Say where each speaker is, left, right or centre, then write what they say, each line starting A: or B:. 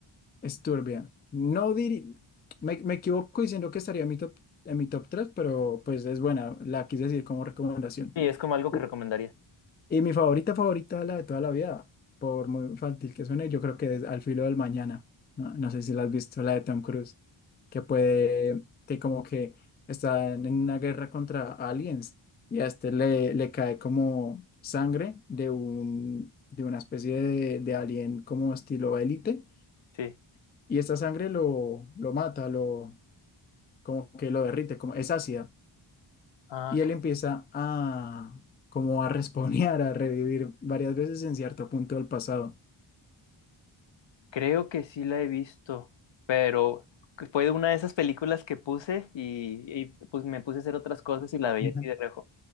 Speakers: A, on the left; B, on the left.
A: Es turbia. No diri... me, me equivoco diciendo que estaría en mi top, en mi top 3, pero pues es buena. La quise decir como recomendación.
B: Sí, es como algo
A: Uh,
B: que recomendarías.
A: y mi favorita, favorita, la de toda la vida, por muy infantil que suene, yo creo que es Al filo del mañana. No, no sé si la has visto, la de Tom Cruise, que puede, que como que está en una guerra contra aliens y a este le, le cae como sangre de un, de una especie de, de alien como estilo élite
B: Sí.
A: y esta sangre lo, lo mata, lo, como que lo derrite, como es ácida.
B: Ah,
A: Y él empieza a, como a <laughs> respawnear, a revivir varias veces en cierto punto del pasado.
B: creo que sí la he visto, pero que fue de una de esas películas que puse y, y, pues me puse a hacer otras cosas y la veía
A: Ujú.
B: así de reojo,